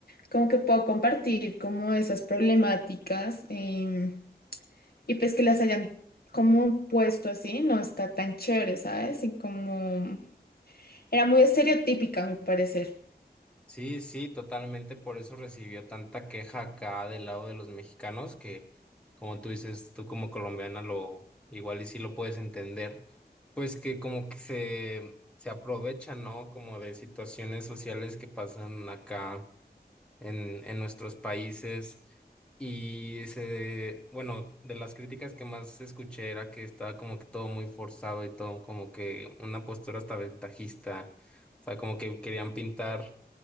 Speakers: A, on the left; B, in the centre.
A: como que puedo compartir como esas problemáticas em, y pues que las hayan como puesto así, no está tan chévere, ¿sabes? Y como era muy estereotípica, a mi parecer.
B: Sí, sí, totalmente. Por eso recibió tanta queja acá del lado de los mexicanos, que como tú dices, tú como colombiana lo igual y sí lo puedes entender, pues que como que se, se aprovechan, ¿no? Como de situaciones sociales que pasan acá en, en nuestros países. Y se, bueno, de las críticas que más escuché era que estaba como que todo muy forzado y todo como que una postura hasta ventajista. O sea, como que querían pintar